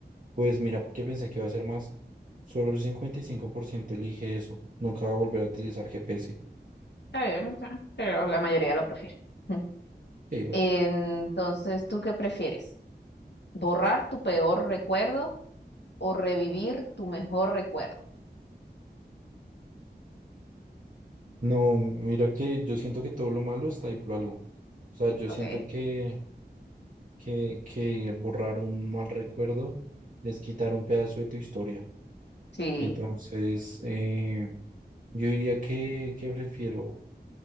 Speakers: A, on the right; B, on the left.
A: Pues mira, ¿qué pensé que iba a ser más? Solo el 55% elige eso. Nunca va a volver a utilizar GPS.
B: está bien, está bien, pero la mayoría lo prefiere. Ujú.
A: Sí, bueno.
B: Entonces, ¿tú qué prefieres? ¿Borrar tu peor recuerdo o revivir tu mejor recuerdo?
A: No, mira que yo siento que todo lo malo está ahí por algo. O sea, yo
B: Ok.
A: siento que, que, que borrar un mal recuerdo es quitar un pedazo de tu historia.
B: Sí,
A: Entonces, eh, yo diría que, que prefiero